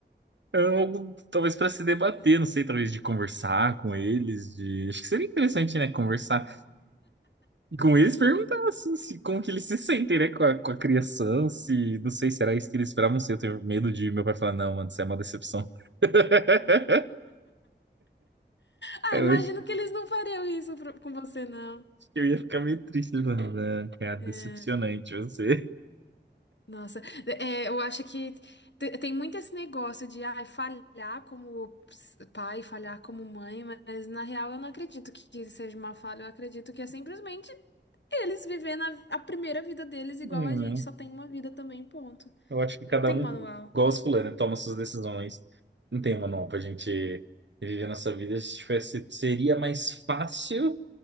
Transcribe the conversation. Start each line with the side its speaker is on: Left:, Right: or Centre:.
Right: É algo, talvez para se debater, não sei, talvez de conversar com eles, de... Acho que seria interessante, né? Conversar. E com eles perguntar assim, se, como que eles se sentem, né, com a, com a criação, se, não sei, será isso que eles esperavam ser? Eu tenho medo de meu pai falar, não, mano, isso é uma decepção. <laughs>
Left: Ah,
Right: Eu
Left: imagino
Right: acho
Left: que eles não fariam isso pro- com você, não.
Right: que eu ia ficar meio triste, mano, né, cara, decepcionante
Left: É.
Right: você. <laughs>
Left: Nossa, é, eu acho que te- tem muito esse negócio de ai, falhar como ps- pai, falhar como mãe, mas na real eu não acredito que que seja uma falha, eu acredito que é simplesmente eles vivendo a, a primeira vida deles igual
Right: Hum,
Left: a gente,
Right: né?
Left: só tem uma vida também, ponto.
Right: Eu acho que cada
Left: Não tem
Right: um,
Left: manual.
Right: igual os fulano, toma suas decisões. Não tem manual pra gente viver a nossa vida. Se tivesse, seria mais fácil,